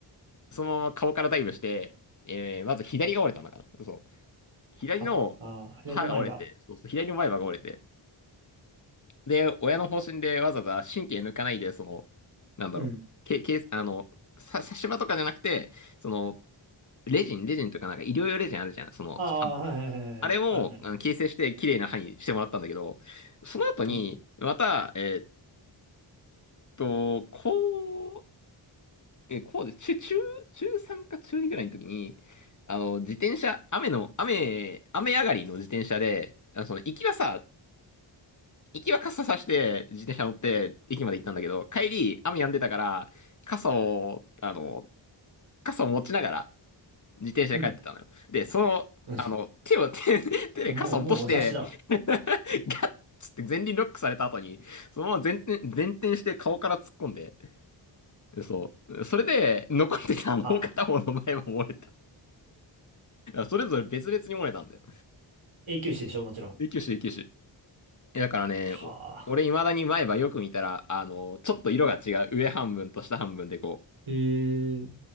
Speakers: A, on the left (about 35°); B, on the right (about 75°).
A: そのまま顔からダイブして、えーまず左が折れたんだからそう。左の歯が折れて、
B: は、あー、で、で、前歯。
A: そうそう、左の前歯が折れて、で、親の方針でわざわざ神経抜かないで、その、なんだろう、
B: うん。
A: け、け、あの、さ、差し歯とかじゃなくて、その、レジン、レジンとかなんか医療用レジンあるじゃん。その、
B: ああ、はいはいはいはい。
A: あれも、
B: あるね。
A: あの、形成して綺麗な歯にしてもらったんだけど、その後に、
B: うん。
A: また、えーっと、こう、え、こうで、中、中、中3か中2ぐらいの時に、あの、自転車、雨の、雨、雨上がりの自転車で、あのその行きはさ、行きは傘さして自転車乗って駅まで行ったんだけど、帰り雨止んでたから、傘を、あの、傘を持ちながら自転車で帰ってたのよ。
B: うん。
A: で、その、
B: <laughs>
A: あの、手を、手、手で傘を落として、
B: もう、もうお察しだわ。
A: <laughs> ガッつって前輪ロックされた後に、そのまま前転、前転して顔から突っ込んで、そう。それで、残ってたもう片方の前も漏れた。
B: はあ。
A: それぞれ別々に漏れたんだよ。
B: 永久歯でしょ、もちろん。
A: 救急車、救急車。えだからね、
B: はあ。
A: お俺未だに前歯よく見たら、あの、ちょっと色が違う。上半分と下半分でこ
B: へえ。